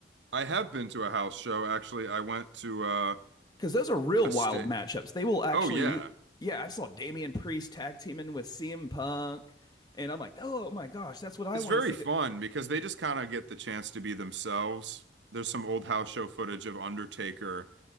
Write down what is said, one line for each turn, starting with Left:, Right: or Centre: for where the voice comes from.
Right: I have been to a house show actually. I went to uh,
Left: Because those are real
Right: a
Left: wild
Right: state.
Left: matchups. They will actually,
Right: Oh yeah,
Left: you, yeah, I saw Damian Priest tag teaming with CM Punk, and I'm like, oh my gosh, that's what I
Right: it's
Left: want
Right: very
Left: to see.
Right: fun
Left: Get-
Right: because they just kind of get the chance to be themselves. There's some old house show footage of Undertaker,